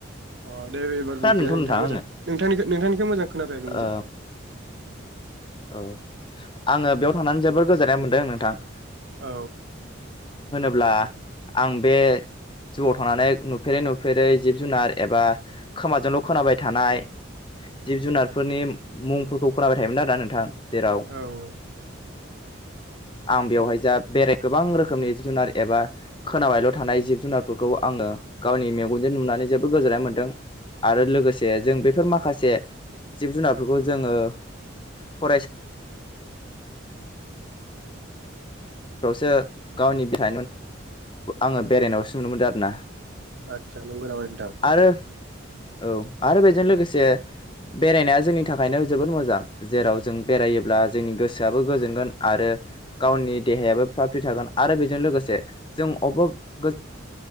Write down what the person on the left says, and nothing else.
खोनादोंथ'
नोंथां
आङो
ओ
औ आङो बेयाव थनानै जोबोर गोजोननाय मोनदों नोंथां।
अब्ला आं बे जुआव थांनानै नुफेरै नुफेरै जिब जुनार एबा खोमाजोंल' खोनाबाय थानाय जिब जुनारफोरनि मुंफोरखौ खोनाबाय थायोमोन आरोना नोंथां जेराव
आं बेवहाय जा बेराय गोबां रोखोमनि जिब जुनार एबा खोनाबायल' थानाय जिब जुनारफोरखौ आं आङो गावनि मेगनजों नुनानै जोबोद गोजोननाय मोन्दों। आरो लोगोसे जों बेफोर माखासे जिब जुनारफोरखौ जोङो फरायसा बेवसो गावनि <inaudible> बेखौ आङो बेरायनायावसो नुनो मोनदों आरो ना।
आरो औ आरो बेजों लोगोसे बेरायनाया जोंनि थाखायनो जोबोद मोजां जेराव जों बेरायोब्ला जोंनि गोसोआबो गोजोनगोन आरो गावनि देहायाबो फ्राद फ्रिद थागोन। आरो बेजों लोगोसे जों <unintelligible>